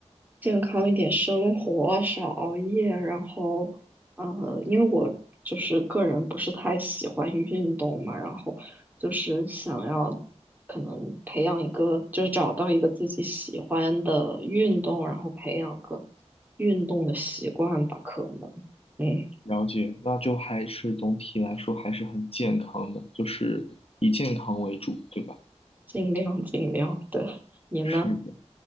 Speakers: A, on the right; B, on the left.
A: 健康一点生活，少熬夜，然后呃，因为我就是个人不是太喜欢运动嘛，然后就是想要可能培养一个，就是找到一个自己喜欢的运动，然后培养个运动的习惯吧，可能嗯，
B: 了解，那就还是总体来说还是很健康的，就是以健康为主，对吧？
A: 尽量尽量，对，你呢？
B: 是的。